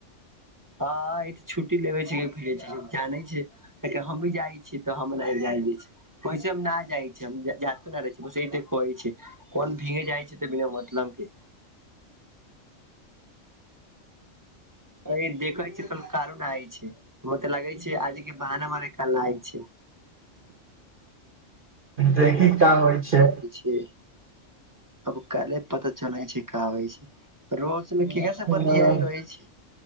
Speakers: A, on the right; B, on the right.
A: हँ त छुट्टी लेबे छ जानै छै केकि हम भी जाइ छियै तऽ हमरा जाय छी वैस हम न जाइ छै जातो न रहै छै बसठे कहै छै कोन भींगे जाइ छै तऽ बिना मतलम के <unintelligible>
B: देखी का होइ छै
A: जी अब काल्हि पता चलै छै का होइ छै रो क से
B: कब
A: पतिया रहै छै